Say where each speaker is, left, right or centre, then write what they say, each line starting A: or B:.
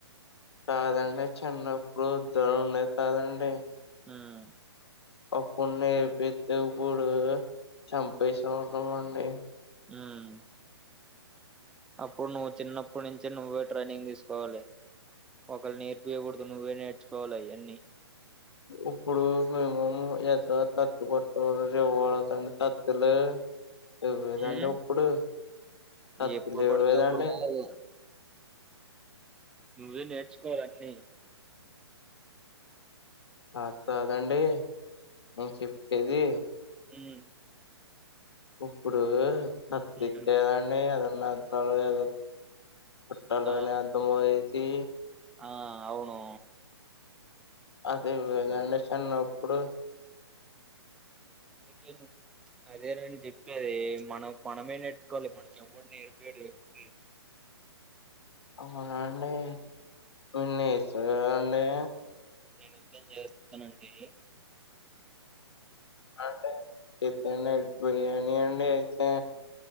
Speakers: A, on the left; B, in the centre.
A: కాదండి చిన్నప్పుడు ధన ఉండేది కదండీ
B: ఉమ్
A: అప్పుడు నేర్పితే ఇప్పుడు చంపేసే ఉన్నాం అండి
B: మ్మ్ అప్పుడు నువ్వు చిన్నప్పుడు నుంచే నువ్వే ట్రైనింగ్ తీసుకోవాలి, ఒకళ్ నేర్పియగూడుదు నువ్వే నేర్చుకోవాల అయన్ని.
A: ఉప్పుడు మినిమం ఏదో తత్తు పట్టు రెవురంటే తత్తు లే ఇవ్వలేదండి
B: ఉమ్
A: ఇప్పుడు అసలు
B: ఎప్పుడు
A: ఇవ్వులేదండి
B: పడితే అప్పుడు కాదు నువ్వే నేర్చుకోవాలి అన్ని
A: ఆట్ కాదండి నేను చెప్పేది
B: హ్మ్
A: ఉప్పుడు మచ్చిచ్చేదండి
B: ఉమ్ ఉమ్.
A: అదన్ నా తలవాదొ పట్టా లోనే
B: ఆ
A: అర్థమయ్యేద్ తీ
B: ఆ అవును
A: అది ఇవ్వదండి చిన్నప్పుడు
B: అందుకే ను ప్చ్ అదేరా నేను జెప్పేది మనకు మనమే నేర్చుకోవాలి. మనకెవ్వడు నేర్పీడు ఎపుడికి
A: హాయ్ అండి ఉన్నిస్ సరే అండి
B: నేను యుద్ధం జేస్తనండి
A: అంటే రేపైనా బిర్యానీ అండి అయితే